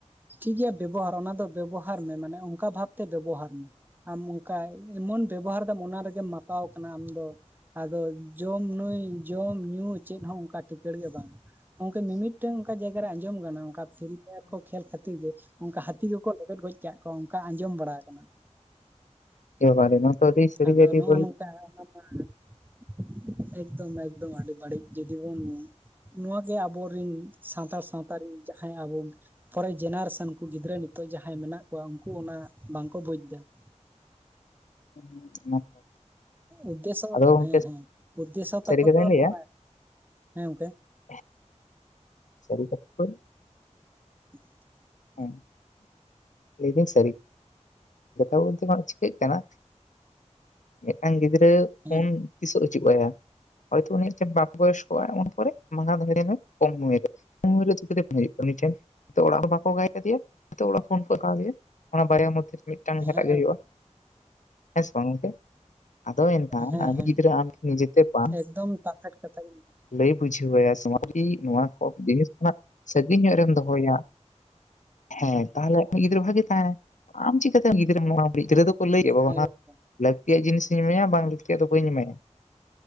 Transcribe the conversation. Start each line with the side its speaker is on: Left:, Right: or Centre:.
Right: ᱴᱷᱤᱠ ᱜᱮᱭᱟ ᱵᱮᱵᱚᱦᱟᱨ ᱚᱱᱟ ᱫᱚ ᱵᱮᱵᱚᱦᱟᱨ ᱢᱮ ᱢᱟᱱᱮ ᱚᱠᱟ ᱵᱷᱟᱵᱛᱮ ᱵᱮᱵᱚᱦᱟᱨ ᱤᱧ ᱟᱢ ᱚᱱᱠᱟ ᱮᱢᱚᱱ ᱵᱮᱵᱚᱦᱟᱨ ᱫᱟᱢ ᱚᱱᱟ ᱨᱮᱜᱮᱢ ᱢᱟᱛᱟᱣ ᱠᱟᱱᱟ ᱟᱢ ᱫᱚ ᱾ ᱟᱫᱚ ᱡᱚᱢ ᱧᱩᱭ ᱡᱚᱢ ᱧᱩ ᱪᱮᱫ ᱦᱚᱸ ᱚᱱᱠᱟ ᱴᱤᱠᱟᱸᱲ ᱜᱮ ᱵᱟᱝᱟ ᱾ ᱚᱱᱠᱟ ᱢᱤᱢᱤᱫᱴᱟᱝ ᱚᱱᱠᱟ ᱡᱟᱭᱜᱟᱨᱮ ᱟᱸᱡᱚᱢ ᱟᱠᱟᱱᱟ ᱚᱱᱠᱟ ᱯᱷᱤᱨᱤ ᱯᱷᱟᱭᱟᱨ ᱠᱚ ᱠᱷᱮᱞ ᱠᱷᱟᱹᱛᱤᱨ ᱜᱮ ᱚᱱᱠᱟ ᱦᱟᱹᱛᱤ ᱠᱚᱠᱚ ᱞᱮᱵᱮᱫ ᱜᱚᱡᱽ ᱠᱟᱫ ᱠᱚᱣᱟ ᱚᱱᱠᱟ ᱟᱸᱡᱚᱢ ᱵᱟᱲᱟ ᱟᱠᱟᱱᱟ ᱾
Left: ᱮ ᱵᱟᱵᱟ ᱨᱮ ᱱᱚᱣᱟ ᱛᱚ ᱟᱹᱰᱤ
Right: ᱟᱫᱚ
Left: ᱜᱮ ᱵᱟᱹᱲᱤᱡ
Right: <unintelligible> <unintelligible> ᱮᱠᱫᱚᱢ ᱮᱠᱫᱚᱢ ᱟᱹᱰᱤ ᱵᱟᱹᱲᱤᱡ ᱡᱩᱫᱤ ᱵᱚᱱ ᱱᱚᱣᱟ ᱜᱮ ᱟᱵᱚ ᱨᱮᱱ ᱥᱟᱱᱛᱟᱲ ᱥᱟᱶᱛᱟ ᱨᱮᱱ ᱡᱟᱦᱟᱸᱭ ᱟᱵᱚ <unintelligible> ᱡᱮᱱᱟᱨᱮᱥᱚᱱ ᱠᱚ ᱜᱤᱫᱽᱨᱟᱹ ᱱᱤᱛᱚᱜ ᱡᱟᱦᱟᱸᱭ ᱢᱮᱱᱟᱜ ᱠᱚᱣᱟ ᱩᱱᱠᱩ ᱚᱱᱟ ᱵᱟᱝᱠᱚ ᱵᱩᱡ ᱮᱫᱟ ᱾
Left: <inaudible>
Right: ᱩᱫᱽᱫᱮᱥᱚ
Left: ᱟᱫᱚ ᱜᱚᱝᱠᱮ
Right: ᱦᱮᱸ ᱦᱮᱸ ᱩᱫᱽᱫᱮᱥᱚ ᱛᱟᱠᱚ
Left: ᱥᱟᱹᱨᱤ ᱠᱟᱛᱷᱟᱧ
Right: ᱫᱚ
Left: ᱞᱟᱹᱭᱟ
Right: ᱱᱚᱣᱟ, ᱦᱮᱸ ᱜᱚᱝᱠᱮ ᱾
Left: <unintelligible> ᱥᱟᱹᱨᱤ <unintelligible>
Right: <inaudible>
Left: ᱦᱮᱸ <inaudible> ᱞᱟᱭ ᱵᱤᱱ <unintelligible> ᱡᱚᱛᱷᱟ ᱵᱚᱞᱛᱮ ᱱᱟᱜ ᱪᱤᱠᱟᱹᱜ ᱠᱟᱱᱟ ᱢᱤᱫᱴᱟᱝ ᱜᱤᱫᱽᱨᱟᱹ
Right: ᱦᱮᱸ
Left: ᱩᱱ ᱛᱤᱥᱚᱜ ᱦᱤᱡᱩᱜ ᱟᱭ ᱦᱟᱜ ᱦᱚᱭᱛᱚ ᱩᱱᱤᱴᱮᱱ ᱵᱟᱯ ᱵᱚᱭᱚᱥ ᱠᱚᱜᱼᱟᱭ ᱩᱱ ᱯᱚᱨᱮ ᱢᱟ ᱛᱟᱦᱮᱱᱟ ᱠᱚᱢ ᱩᱢᱮᱨ ᱨᱮ ᱠᱟᱹᱢᱤᱪ <unintelligible> ᱱᱤᱛᱚᱜ ᱚᱲᱟᱜ ᱦᱚᱸ ᱵᱟᱠᱚ ᱜᱟᱭᱤᱰ ᱟᱫᱮᱭᱟ ᱱᱤᱛᱚᱜ ᱚᱲᱟᱜ ᱦᱚᱲ ᱯᱷᱳᱱ ᱠᱚ ᱦᱛᱣᱟᱫᱮᱭᱟ ᱚᱱᱟ ᱵᱟᱨᱭᱟ ᱢᱚᱫᱽᱫᱷᱮ ᱢᱤᱫ ᱴᱟᱝ <unintelligible>
Right: ᱦᱮᱸ
Left: ᱜᱮ ᱦᱩᱭᱩᱜᱼᱟ, ᱦᱮᱸᱥᱮ ᱵᱟᱝ ᱜᱚᱝᱠᱮ? ᱟᱫᱚ ᱮᱱᱠᱷᱟᱱ
Right: ᱦᱮᱸ
Left: ᱟᱢ ᱨᱮᱱ
Right: ᱦᱮᱸ
Left: ᱜᱤᱫᱽᱨᱟᱹ ᱟᱢ ᱱᱤᱡᱮᱛᱮ ᱵᱟᱢ
Right: ᱮᱠᱫᱚᱢ ᱯᱟᱨᱯᱷᱮᱠᱴ ᱠᱟᱛᱷᱟ ᱜᱮ
Left: ᱞᱟᱹᱭ ᱵᱩᱡᱷᱟᱹᱣᱟ ᱥᱮ ᱱᱚᱣᱟ ᱠᱚ ᱡᱤᱱᱤᱥ ᱠᱷᱚᱱᱟᱜ ᱥᱺᱟᱹᱜᱤᱧ ᱧᱚᱜ ᱨᱮᱢ ᱫᱚᱦᱚᱭᱟ ᱾ ᱦᱮᱸ, ᱛᱟᱦᱚᱞᱮ ᱩᱱᱤ ᱜᱤᱫᱽᱨᱟᱹ ᱵᱷᱟᱜᱮ ᱛᱟᱦᱮᱱᱟ ᱟᱢ ᱪᱤᱠᱟᱹᱛᱮ ᱜᱤᱫᱽᱨᱟᱹ ᱢᱤᱫ ᱜᱤᱫᱨᱟᱹ ᱫᱚᱠᱚ ᱞᱟᱹᱭᱮᱫᱼᱟ ᱵᱟᱵᱟ
Right: ᱦᱮᱸ ᱜᱚᱝᱠᱮ
Left: ᱞᱟᱹᱠᱛᱤᱭᱟᱜ ᱡᱤᱱᱤᱥᱤᱧ ᱮᱢᱟᱭᱟ ᱵᱟᱝ ᱞᱟᱹᱠᱤᱭ ᱫᱚ ᱵᱟᱹᱧ ᱮᱢᱟᱭᱟ ᱾